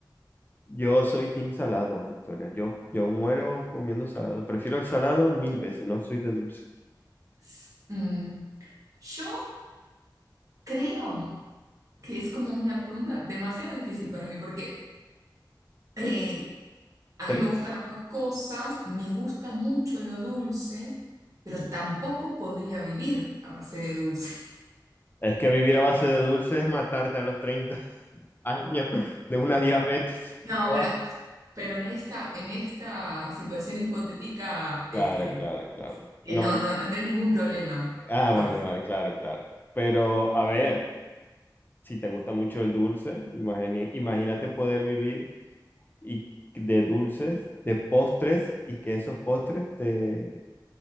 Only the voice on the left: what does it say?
Yo soy team salado, Victoria. Yo, yo muero comiendo salado. Prefiero el salado mil veces, no soy de dulce.
Te-
gusta?
Es que vivir a base de dulce es matarte a los 30 <laughs> años de una diabetes.
Guau.
Claro,
claro, claro.
No,
no.
Ah,
vale,
vale, claro, claro. Pero a ver, si te gusta mucho el dulce, imagine- imagínate poder vivir y de dulces, de postres y que esos postres te,